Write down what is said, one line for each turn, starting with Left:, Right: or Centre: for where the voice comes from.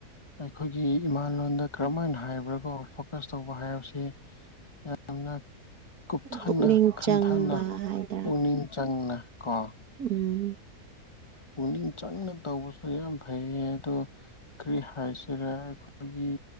Left: ꯑꯩꯈꯣꯏꯒꯤ ꯏꯃꯥꯂꯣꯟꯗ ꯀꯔꯝꯃꯥꯏꯅꯥ ꯍꯥꯏꯕ꯭ꯔꯥꯀꯣ ꯐꯣꯀꯁ ꯇꯧꯕ ꯍꯥꯏꯕꯁꯤ ꯌꯥꯝꯅ ꯀꯨꯞꯊꯅ
Right: ꯄꯨꯛꯅꯤꯡ
Left: ꯈꯟꯊꯅ
Right: ꯆꯪꯕ ꯍꯥꯏꯗ꯭ꯔꯥ
Left: ꯄꯨꯛꯅꯤꯡ ꯆꯪꯅ ꯀꯣ
Right: ꯎꯝ
Left: ꯄꯨꯛꯅꯤꯡ ꯆꯪꯅ ꯇꯧꯕꯁꯨ ꯌꯥꯝ ꯐꯩꯌꯦ ꯑꯗꯣ ꯀ꯭ꯔꯤ ꯍꯥꯏꯁꯤꯔꯦ ꯑꯩꯈꯣꯏꯒꯤ